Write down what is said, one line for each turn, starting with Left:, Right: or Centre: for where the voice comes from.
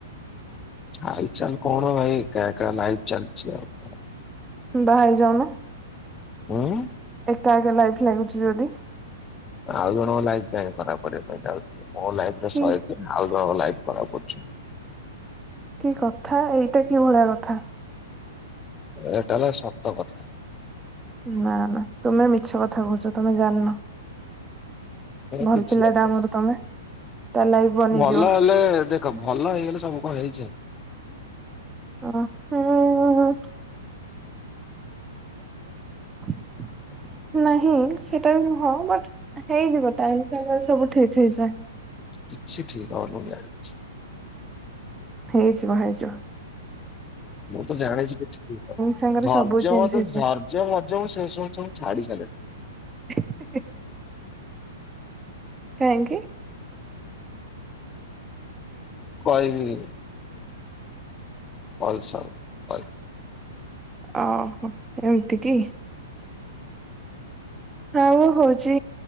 Left: ହାଇ ଚାଲ କଣ ଭାଇ ଏକା ଏକା ଲାଇଫ ଚାଲଚି ଆଉ କଣ
Right: ବାହା ହେଇ ଯାଉନ
Left: ହଁ।
Right: ଏକା ଏକା ଲାଇଫ ଲାଗୁଛି ଯଦି
Left: ଆଉ ଜଣଙ୍କ ଲାଇଫ କାଇଁ ଖରାପ କରିବା ପାଇଁ ଯାଉଛି ମୋ ଲାଇ
Right: କି
Left: ଶହେ ତିନ ଆଉ ଜଣଙ୍କ ଲାଇଫ ଖରାପ ଅଛି
Right: କି କଥା ଏଇଟା କି ଭଳିଆ କଥା
Left: ଏଟା ହେଲା ସତ କଥା।
Right: ନା ନା ତୁମେ ମିଛ କଥା କହୁଛ ତୁମେ ଜାନ ଭଲ
Left: କିଛି
Right: ପିଲା
Left: ହେଲେ
Right: ଟା ଆମର ତମେ ତା ଲାଇଫ ବନିଯିବ
Left: ଭଲ ହେଲେ ଦେଖ ଭଲ ହେଇଗଲେ ସବୁ କଣ ହେଇଯାଏ।
Right: ଅ ହ। ଆ ନାହିଁ ସେଟା ବି ନୁହଁ ବଟ ହେଇଯିବ ଟାଇମ ସାଙ୍ଗରେ ସବୁ ଠିକ ହେଇଯାଏ।
Left: କିଛି ଠିକ ହେବନି ମୁଁ ଜାଣିଛି।
Right: ହେଇ ଯିବ ହେଇ ଯିବ।
Left: ମୁଁ ତ ଜାଣିଛି କିଛି ଠିକ୍ ହେବନି
Right: ସାଙ୍ଗରେ
Left: ଧୈର୍ଯ୍ୟ
Right: ସବୁ ଚେଞ୍ଜ
Left: ମତ
Right: ହେଇଯାଏ
Left: ଧୈର୍ଯ୍ୟ ଧଯ୍ୟ ସେ ସବୁ ମୁଁ ଛାଡ଼ି ଛାଡ଼ି ସାରିଲିଣି।
Right: <unintelligible> କାହିଁକି?
Left: କହିବି। କଲ୍ ସରୁ କହିବି।
Right: ଓହୋ ଏମିତି କି? ହଉ ହଉଛି